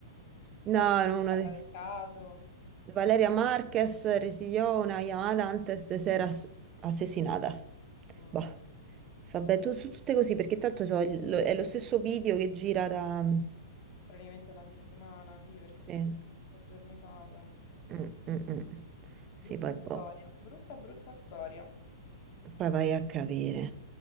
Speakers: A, on the right; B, on the left.
A: No,
B: Cioè,
A: no, uno
B: parla
A: dei-
B: del caso,
A: Valeria Marquez residió una llamada antes de ser as- assassinata.
B: Mm.
A: Boh. Vabbè, tu, su tutte così, perché tanto so, il- lo- è lo stesso video che gira da...
B: praticamente una settimana, sì, perché è successo
A: Sì.
B: due giorni fa, penso.
A: Mm, mm, mm. Sì,
B: Brutta
A: poi boh.
B: storia, brutta, brutta storia.
A: Poi vai a capire.